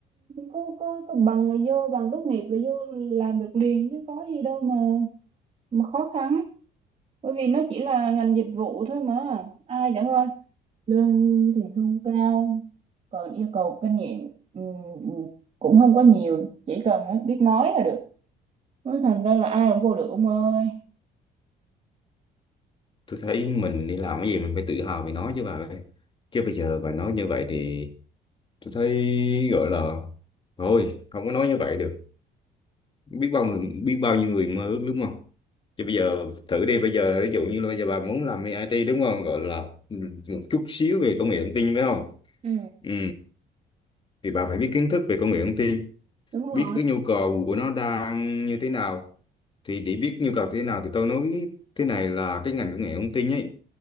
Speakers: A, on the right; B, on the left.
A: có có có bằng là vô bằng tốt nghiệp là vô làm được liền chứ có gì đâu mà mà khó khăn bởi vì nó chỉ là ngành dịch vụ thôi mà ai chẳng ơi lương thì không cao còn yêu cầu kinh nghiệm ừm, ừm, cũng không có nhiều chỉ cần á, biết nói là được nói thành ra là ai cũng vô được ông ơi
B: tôi thấy mình đi làm cái gì mình phải tự hào vì nó chứ bà ơi chứ bây giờ bà nói như vậy thì tôi thấy gọi là thôi không có nói như vậy được biết bao người biết bao nhiêu người mơ ước đúng không chứ bây giờ thử đi bây giờ ví dụ như là bây giờ bà muốn làm IT đúng không gọi là một chút xíu về công nghệ thông tin phải không
A: ừ
B: ừ. thì bà phải biết kiến thức về công nghệ thông tin
A: đúng
B: biết
A: rồi
B: cái nhu cầu của nó đang như thế nào thì để biết nhu cầu thế nào thì tôi nói thế này là cái ngành công nghệ thông tin ấy